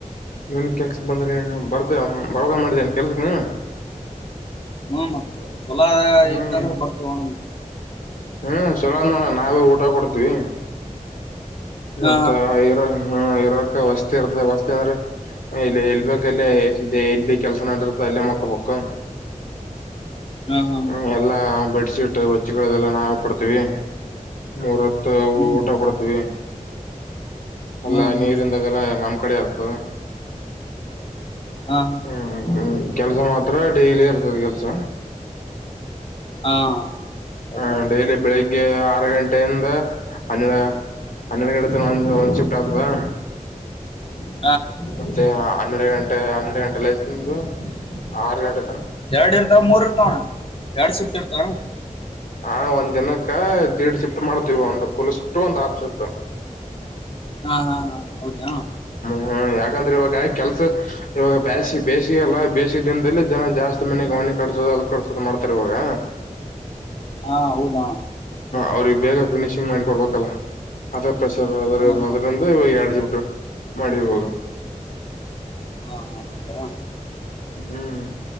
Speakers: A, on the left; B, on the left.
A: ಇವನ್ ಕೆಲ್ಸಕ್ ಬಂದ್ರೆ ಬರ್ದ ಬರಗ ಮಾಡಿದ್ದೇನ್ ಕೆಲ್ಸಕ್ ನೀನು
B: ಹ್ಮ ಮತ್ತೆ ಚಛೊಲೋ
A: ಹ್ಮ್
B: ಇತ್ತಂದ್ರೆ ಬರ್ತ ಹಣನ್
A: ಹ್ಮ್ ಚಲೋಳ ನಾವೇ ಊಟ ಕೊಡ್ತೀವಿ
B: ಹಾ
A: ಮತ್ತ ಇರ ಹ್ಮ್ ಇರಕ್ಕ ವಸ್ತಿ ಇರ್ತ ವಸ್ತಿ ಅಂದ್ರೆ ಇಲ್ಲ ಇಲ್ಬೇಕಲ್ಲೇ ಇಲ್ಲಿ ಕೆಲ್ಸ ಮಾಡಿರ್ತ ಅಲ್ಲೇ ಮಕ್ಕ ಪಕ್ಕ
B: <unintelligible> ಹಾ ಹಾ
A: ಹ್ಮ ಎಲ್ಲಾ ಬೆಡ್ ಶೀಟ್ ವಚ್ಚಿಗಳದೆಲ್ಲ ನಾವವು ಕೊಡ್ತೀವಿ ಮೂರತ್ತು
B: ಹ್ಮ್
A: ಊಟ ಕೊಡ್ತೀವಿ ಅಲ್ಲಾ
B: ಹಾ ಹಾ
A: ನೀರಿಂದಾಗೆಲ್ಲ ನಮ್ ಕಡೆ ಆರ್ತದೆ
B: ಹಾ
A: ಹ್ಮ್ ಕೆಲ್ಸ ಮಾತ್ರ ಡೈಲಿ ಇರ್ತದೆ ಕೆಲ್ಸ
B: ಹಾ ಹೌದಾ
A: ಹ ಡೈಲಿ ಬೆಳಿಗ್ಗೆ ಆರು ಗಂಟೆಯಿಂದ ಹ ಹನ್ನೆರಡು ಗಡೆ ಒ ಒಂದು ಶಿಫ್ಟ್ ಆಗ್ತದಾ
B: ಹ
A: ಮತ್ತೆ ಹನ್ನೆರಡು ಗಂಟೆ ಹನ್ನೆರಡು ಗಂಟೆಲ್ಲ ನಿದು ಆರು ಗಂಟೆ ತನ
B: ಎರಡು ಇರ್ತಾವ ಮೂರ್ ಇರ್ತಾವಣ ಎರಡ್ ಶಿಫ್ಟ್ ಇರ್ತ
A: ಹಾ ಒಂದ್ ದಿನಕ್ಕೆ ದೀಡ್ ಶಿಫ್ಟ್ ಮಾಡ್ತೀವಿ ಒಂದ್ ಪಫುಲ್ ಶಿಫ್ಟ್ ಒಂದ್ ಆಫ ಶಿಫ್ಟ್
B: ಹಾ ಹಾ ಹಾ ಹೌದೆಯ
A: ಹ್ಮ ಯಾಕಂದ್ರೆ ಇವಾಗ ಕೆಲ್ಸ ಇವಾಗ ಬೇ ಬೇಸಿಗೆಲ್ಲ ಬೇಸ ದಿನದಲ್ಲಿ ಜನ ಜಾಸ್ತಿ ಮನೆಗೆ ಕಸೋದು ಅದ್ ಕಡಸೋದು ಮಾಡ್ತರ್ ಇರುವಾಗ
B: ಹಾ ಹೌದಾ
A: ಅವ್ರಿಗೆ ಬೇಗ ಫಿನಿಶಿಂಗ್ ಮಾಡಿ ಕೊಡ್ಬೇಕಲ್ಲ ಅದ ಪ್ರೆಷರ್ ಅದ
B: ಹಾ ಹಾ
A: ಅದ್ರಲ್ಲಿ ಎಡ್ಗೆ ಬಿಟ್ಟು ಮಾಡಿ ಹೋಗಿ
B: <unintelligible>
A: ಹ್ಮ್